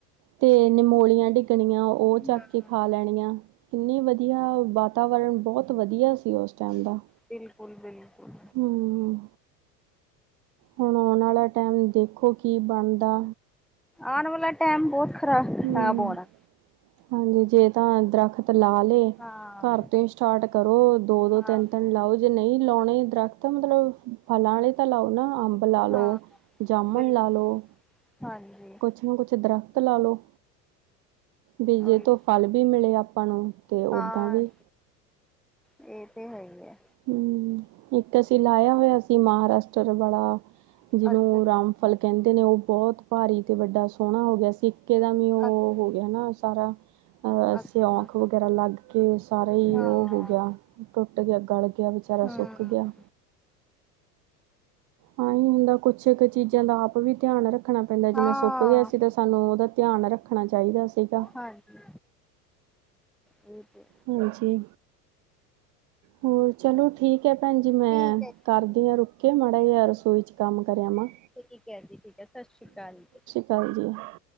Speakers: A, on the right; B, in the centre.
A: ਤੇ ਨਿਮੋਲੀਆਂ ਡਿੱਗਣੀਆਂ ਉਹ
B: ਹਮ
A: ਚੱਕ ਕੇ ਖਾ ਲੈਣੀਆਂ। ਕਿੰਨੀ ਵਧੀਆ ਵਾਤਾਵਰਨ ਬਹੁਤ ਵਧੀਆ ਸੀ ਉਸ ਟਾਈਮ ਦਾ।
B: ਬਿਲਕੁਲ ਬਿਲਕੁਲ।
A: ਹੂੰ ਹੁਣ ਆਉਣ ਵਾਲਾ ਟਾਈਮ ਦੇਖੋ ਕੀ ਬਣਦਾ।
B: ਆਣ ਵਾਲਾ ਟਾਈਮ ਬਹੁਤ ਖਰਾਬ
A: ਹਮ
B: ਖਰਾਬ ਹੋਣਾ।
A: ਹਾਂਜੀ। ਜੇ ਤਾਂ ਦਰਖ਼ਤ ਲ ਤੇ
B: ਹਾਂ
A: ਘਰ ਤੇ ਸਟਾਰਟ ਕਰੋ ਦੋ ਦੋ
B: ਹਾਂ
A: ਤਿੰਨ ਤਿੰਨ ਲਾਓ ਜੇ ਨਹੀਂ ਲਾਉਣੇ ਦਰੱਖ਼ਤ ਮਤਲਬ ਫ਼ਲਾ ਆਲੇ ਤਾਂ ਲਾਓ ਨਾ ਅੰਬ ਲਾਲਓ,
B: ਹਾਂ
A: ਜਾਮੁਣ
B: ਬਿਲ
A: ਲਾ ਲਓ
B: ਹਾਂਜੀ।
A: ਕੁਛ ਨਾ ਕੁਛ ਦਰਖ਼ਤ ਲਾ ਲੋ, ਬੀਜੇ
B: ਉਹੀ
A: ਤੋਂ ਫ਼ਲ ਵੀ ਮਿਲੇ ਆਪਾਂ ਨੂੰ। ਤੇ ਓਦਾਂ
B: ਹਾਂ,
A: ਵੀ
B: ਇਹ ਤੇ ਹੈ ਈ ਏ।
A: ਹੂੰ, ਇੱਕ ਤੇ ਅਸੀ ਲਾਇਆ ਹੋਇਆ ਸੀ ਮਹਾਰਾਸ਼ਟਰ ਵਾਲਾ ਜਿਹਨੂੰ
B: ਅੱਛਾ
A: ਰਾਮ ਫ਼ਲ ਕਹਿੰਦੇ ਨੇ ਉਹ ਬਹੁਤ ਭਾਰੀ ਤੇ ਵੱਡਾ ਸੋਹਣਾ ਹੋ ਗਿਆ ਸੀ, ਇੱਕੇ ਦਮ ਵੀ ਉਹ
B: ਅੱਛਾ
A: ਹੋ ਗਿਆ ਨਾ ਸਾਰਾ ਅਹ
B: ਅੱਛਾ
A: ਸਿਉਂਕ ਵਗੈਰਾ ਲੱਗ ਕੇ ਸਾਰਾ ਹੀ
B: ਹਾਂ
A: ਉਹ ਹੋ ਗਿਆ। ਟੁੱਟ ਗਿਆ, ਗਲ ਗਿਆ, ਵਿਚਾਰਾ
B: ਹਮ
A: ਸੁੱਕ ਗਿਆ। ਆਈ ਹੀ ਹੁੰਦਾ ਕੁਛ ਕੁ ਚੀਜ਼ਾਂ ਦਾ ਆਪ ਵੀ ਧਿਆਨ ਰੱਖਣਾ ਪੈਂਦਾ ਜਿਵੇਂ
B: ਹਾਂ
A: ਸੁੱਕ ਗਿਆ ਸੀ ਤੇ ਸਾਨੂੰ ਉਹਦਾ ਧਿਆਨ ਰੱਖਣਾ ਚਾਹੀਦਾ ਸੀਗਾ।
B: ਹਾਂਜੀ। ਇਹ ਤੇ
A: ਹਾਂਜੀ। ਹੋਰ ਚਲੋ ਠੀਕ ਤੇ ਭੈਣ ਜੀ ਮੈਂ
B: ਠੀਕ ਹੈ
A: ਕਰਦੀ ਹਾਂ ਰੁਕ ਕੇ ਮਾੜਾ ਜਿਹਾ ਰਸੋਈ ਚ ਕੰਮ ਕਰਿਆ ਆਵਾ।
B: ਠੀਕ ਹੈ ਜੀ, ਠੀਕ ਹੈ ਸਤਿ ਸ਼੍ਰੀ ਅਕਾਲ ਜੀ।
A: ਕੱਲ ਜੀ। <inaudible>